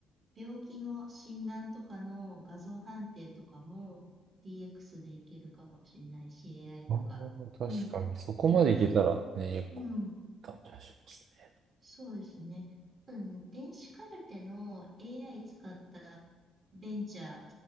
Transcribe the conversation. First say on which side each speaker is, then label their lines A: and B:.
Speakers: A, on the right; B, on the right.
A: 病気の診断とかの画像判定とかも DX でいけるかもしれないし、AI とか。
B: あー確かに、
A: うん、
B: そこまでいけたらね、
A: いっぱい、
B: 結構、
A: うん、
B: 感じがしますね。
A: そうですね。うん、電子カルテの AI 使ったベンチャー、